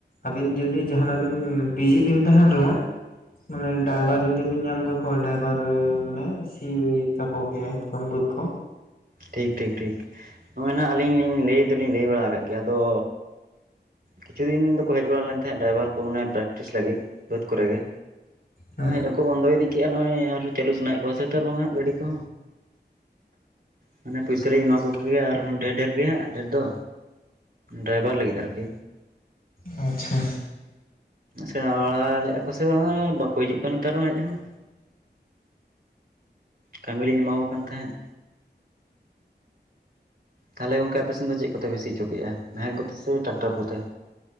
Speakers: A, on the left; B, on the right.
A: ᱟᱵᱤᱱ ᱡᱩᱫᱤ ᱡᱟᱦᱟᱸᱱᱟ ᱵᱤᱱ ᱵᱤᱡᱤ ᱵᱤᱱ ᱛᱟᱦᱮᱱ ᱨᱮᱦᱚᱸ ᱢᱟᱱᱮ ᱰᱟᱭᱵᱷᱟᱨ ᱡᱩᱫᱤ ᱵᱤᱱ ᱧᱟᱢ ᱠᱟᱠᱚᱼᱟ, ᱰᱟᱭᱵᱷᱟᱨ ᱢᱟᱱᱮ ᱥᱤ ᱛᱟᱠᱚ ᱠᱮᱼᱟᱭ ᱩᱱ ᱵᱟᱸᱫ ᱠᱚ᱾
B: ᱴᱷᱤᱠ, ᱴᱷᱤᱠ, ᱴᱷᱤᱠ, ᱱᱚᱼᱚᱭ ᱱᱟᱜ ᱟᱹᱞᱤᱧ ᱞᱤᱧ ᱞᱟᱹᱭ ᱫᱩᱞᱤᱧ ᱞᱟᱹᱭ ᱵᱟᱲᱟ ᱠᱟᱜ ᱜᱮᱭᱟ ᱟᱫᱚ ᱠᱤᱪᱷᱩ ᱫᱤᱱ ᱫᱚᱠᱚ ᱦᱮᱡ ᱵᱟᱲᱟ ᱞᱮᱱ ᱛᱟᱦᱮᱸᱜ, ᱰᱨᱟᱭᱵᱷᱟᱨ ᱠᱚ ᱢᱟᱱᱮ, ᱯᱨᱮᱠᱴᱤᱥ ᱞᱟᱹᱜᱤᱫ ᱵᱟᱹᱫᱽ ᱠᱚᱨᱮ ᱜᱮ
A: ᱦᱮᱸ
B: ᱦᱮᱡ ᱦᱚᱠᱚ ᱵᱚᱱᱫᱚ ᱤᱫᱤ ᱠᱮᱜᱼᱟ, ᱱᱚᱜᱼᱚᱭ ᱟᱨᱚᱸ ᱪᱟᱹᱞᱩ ᱥᱟᱱᱟᱭᱮ ᱠᱚᱣᱟ ᱥᱮ ᱛᱟᱨ ᱵᱟᱝᱟ ᱦᱟᱸᱜ ᱜᱟᱹᱰᱤ ᱠᱚ᱾ ᱢᱟᱱᱮ ᱯᱩᱭᱥᱟᱹ ᱞᱤᱧ
A: ᱟᱪᱪᱷᱟ
B: ᱮᱢᱟ ᱠᱚ ᱠᱚᱜᱮᱭᱟ, ᱟᱨᱦᱚᱸ ᱰᱷᱮᱨ, ᱰᱷᱮᱨ ᱜᱮ ᱦᱟᱸᱜ ᱰᱷᱮᱨ ᱫᱚ, ᱰᱟᱭᱵᱷᱟᱨ ᱞᱟᱹᱜᱤᱫ ᱟᱨᱠᱤ᱾
A: ᱟᱪᱪᱷᱟ,
B: ᱥᱮᱬᱟ ᱵᱟᱲᱟ ᱞᱮᱜ ᱟᱠᱚ ᱥᱮ ᱵᱟᱝᱟ, ᱵᱟᱠᱚ ᱦᱤᱡᱩᱜ ᱠᱟᱱᱟ ᱱᱮᱛᱟᱨ ᱦᱚ ᱦᱮᱡ ᱦᱚᱸ᱾ ᱠᱟᱹᱢᱤ ᱞᱤᱧ ᱮᱢᱟᱠᱚ ᱠᱟᱱ ᱛᱟᱦᱮᱸᱱ᱾ ᱛᱟᱦᱚᱞᱮ ᱜᱚᱝᱠᱮ ᱟᱯᱮᱥᱮᱱ ᱫᱚ, ᱪᱮᱫ ᱠᱚᱛᱮ ᱯᱮ ᱥᱤᱪᱚ ᱠᱮᱜᱼᱟ, ᱱᱟᱦᱮᱞ ᱠᱚᱛᱮ ᱥᱮ ᱴᱟᱠᱴᱟᱨ ᱠᱚᱛᱮ?